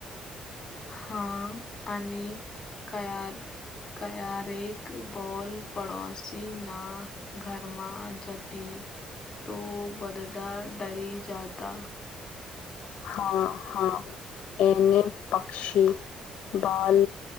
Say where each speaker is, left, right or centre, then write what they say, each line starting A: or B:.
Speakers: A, on the left (about 25°); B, on the left (about 70°).
A: હા અને કયાર ક્યારેક બોલ પડોશી ના ઘરમાં જતી તો બધા ડરી જાતા.
B: હા હા એને પક્ષી બાલ